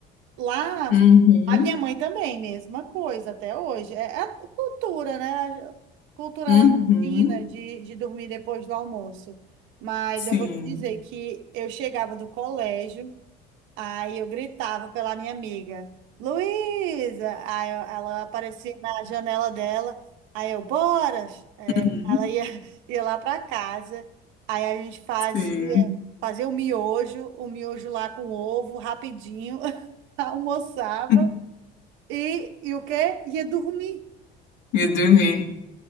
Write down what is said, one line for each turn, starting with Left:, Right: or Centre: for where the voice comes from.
Right: Lá,
Left: Uhum,
Right: a minha mãe também, mesma coisa, até hoje. É, é a cultura, né? A Cultura
Left: uhum,
Right: latina de, de dormir depois do almoço. Mas
Left: sim,
Right: eu vou te dizer que eu chegava do colégio. Aí eu gritava pela minha amiga, Luísa! Aí eu- ela aparecia na janela dela, aí eu, bora! É,
Left: uhum,
Right: ela ia, <laughs> ia lá para casa, aí a gente fazia,
Left: sim.
Right: fazia o miojo, o miojo lá com ovo, rapidinho, <laughs> almoçava,
Left: <laughs>
Right: e, e o quê? Ia dormir.
Left: E dormir.